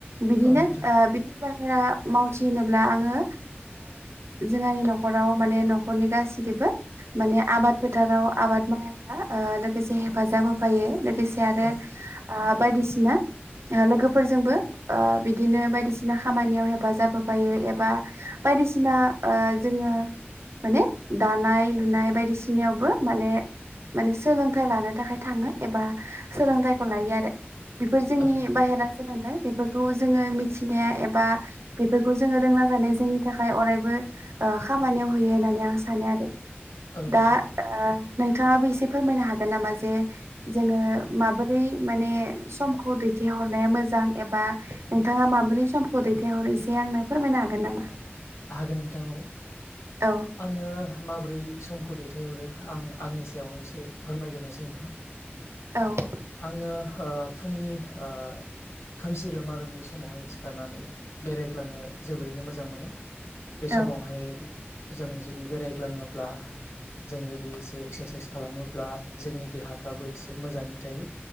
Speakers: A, on the right; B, on the left.
A: बिदिनो
B: औ नोंथां
A: बिदिब मावथि होनोब्ला आंङो जोंहानि न'खराव माने न'खरनि गासैबो। माने आबाद फोथाराव आबाद मावनायाब्रा लोगोसे हेफाजाब होफायो लोगोसे आरो।
B: औ
A: बायदिसिना लोगोफोरजोंबो बिदिनो बायदिसिना खामानियाव हेफाजाब होफायो एबा। बायदिसिना जोंङो माने दानाय लुनाय बायदिसिनायावबो माने माने सोलोंथाइ लाना थाखाय थांङो एबा सोलोंथायाइखौ लायो आरो। बिफोर जोंनि
B: औ नोंथां
A: बाहेरा सोलोंथाइ बिफोरखौ जोङो मिथिनाय एबा बेफोरखौ जोङो रों थानाय जोंनि थाखाय अरायबो ओ खामानि याव होयो होननानै आं सानो आरो।
B: औ नोंथां
A: दा ओ नोंथांङाबो एसे फोरमायनो हागोन नामा जे जोङो माबोरै माने समखौ दैथायहरनाया मोजां एबा नोंथाङा माबोरै समखौ दैथायहरो एसे आंनो फोरमायनो हागोन नामा?
B: हागोन नोंथां औ
A: औ
B: आङो माबोरै समखौ दैथायहरो आं आंनि सायावनो एसे फोरमायगोरनोसै नोंथां।
A: औ
B: आङो ओ फुंनि ओ खोमसि रोमा रोमि समावहाय सिखारनानै बेरायग्लांनो जोबोरैनो मोजां मोनो। बे समावहाय
A: औ
B: जों जुदि बेरायग्लाङोब्ला जों जुदि एसे एक्सारसाइस खालामोब्ला जोंनि देहाफ्राबो एसे मोजाङै थायो।